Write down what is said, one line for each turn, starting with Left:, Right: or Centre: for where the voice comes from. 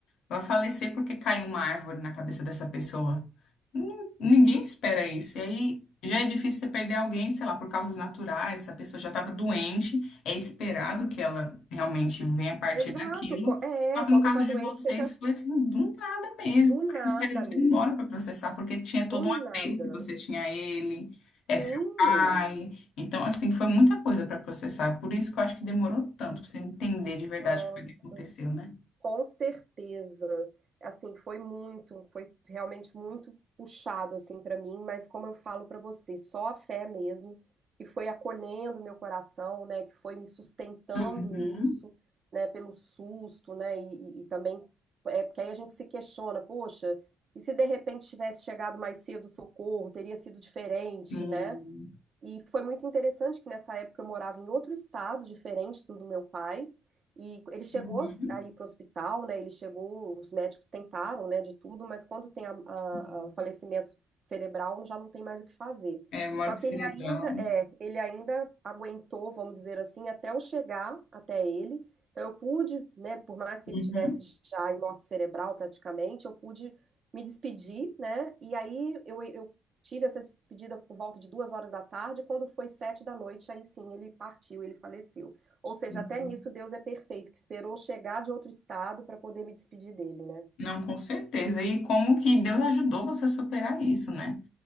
Left: Vai falecer porque caiu uma árvore na cabeça dessa pessoa. Nin- Ninguém espera isso. E aí já é difícil você perder alguém, sei lá, por causas naturais. Essa pessoa já estava doente, é esperado que ela realmente venha a partir
Right: Exato,
Left: daquilo.
Right: co- é,
Left: Só
Right: é,
Left: que
Right: quando
Left: no caso
Right: tá doente,
Left: de vocês,
Right: seja
Left: foi assim, do nada mesmo.
Right: do nada,
Left: Aí o cérebro
Right: amiga,
Left: demora para processar, porque tinha todo
Right: do nada.
Left: um apego que você tinha a ele,
Right: Sim,
Left: é seu pai. Então, assim, foi muita coisa para processar. Por isso que eu acho que demorou tanto para você entender de verdade
Right: nossa.
Left: o que foi que aconteceu, né?
Right: Com certeza. Assim, foi muito, foi realmente muito puxado assim para mim, mas como eu falo para você, só a fé mesmo que foi acolhendo meu coração, né, que foi me sustentando
Left: Uhum.
Right: nisso, né, pelo susto, né, e, e- e também é porque aí a gente se questiona, poxa, e se de repente tivesse chegado mais cedo o socorro, teria sido diferente,
Left: Hum,
Right: né? E foi muito interessante que nessa época eu morava em outro estado, diferente do do meu pai. E ele chegou
Left: uhum,
Right: a ir para o hospital, né? Ele chegou, os médicos tentaram, né, de tudo, mas quando tem a, a-
Left: sim.
Right: a- o falecimento cerebral, já não tem mais o que fazer.
Left: É, morte
Right: Só que
Left: cerebral.
Right: ele ainda, é, ele ainda aguentou, vamos dizer assim, até eu chegar até ele. Então eu pude, né, por mais que
Left: Uhum,
Right: ele tivesse já em morte cerebral praticamente, eu pude me despedir, né? E aí eu, eu Tive essa despedida por volta de duas horas da tarde, quando foi sete da noite, aí sim ele partiu, ele faleceu.
Left: sim.
Right: Ou seja, até nisso Deus é perfeito, que esperou chegar de outro estado para poder me despedir dele, né?
Left: Não, com certeza. E como que Deus ajudou você a superar isso, né?